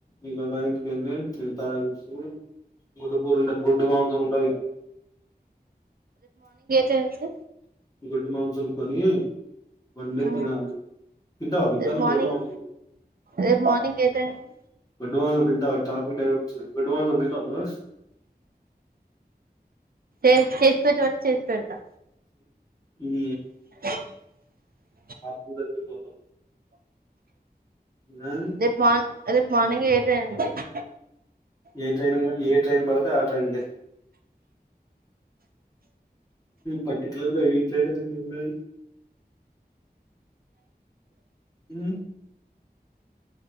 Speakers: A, on the left; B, on the right.
A: ఇ బయకి వెళ్ళ తాగిస్తు <inaudible> గుడ్డు కూూరు ఉంట గుడ్డు మాంసం ఉంటది
B: తెలుసు
A: గొడ్డు మాంసం తిని వండే
B: ఆ
A: తినాల తంటవ
B: రేపు మార్నింగ్
A: గొడ్డు మాంసం <inaudible>
B: రేపు మార్నింగ్ ఏ టైం ఉంది?
A: గొడ్డు మాంసం తింటావా నువ్వు <unintelligible>
B: చేసి పట్టామంటే చేసి పెడతా
A: ఈ
B: ఆ
A: ఆ సందరగితోతో <unintelligible> <inaudible> ఆ
B: రేపు మార్ రేపు మార్నింగ్ ఏ టైమ్ అండి
A: ఏ ట్రైన్ ఏ ట్రైన్ పడితే ఆ ట్రైన్ గ పర్టిక్యులర్ గా ఈ ట్రైన్ అని ఎం లే ఉమ్